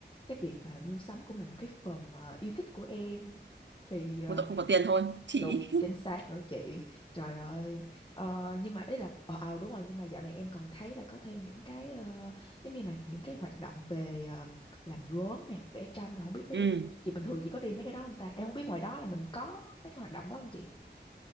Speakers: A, on the left (about 25°); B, on the right (about 80°).
A: cái việc mà mua sắm cũng là một cái phần ờ, yêu thích của em thì ờ,
B: một tội không có tiền thôi chị
A: Đúng, chính xác rồi chị. Trời ơi. Ờ, nhưng mà ý là ờ ờ, đúng rồi nhưng mà dạo này em còn thấy là có thêm những cái ờ, giống như là những cái hoạt động về ờ, làm gốm nè, vẽ tranh mà không biết đấy
B: <laughs> ừ
A: là chị bình thường chị có đi mấy cái đó không ta? Em không biết ngoài đó là mình có mấy cái hoạt động đó không chị?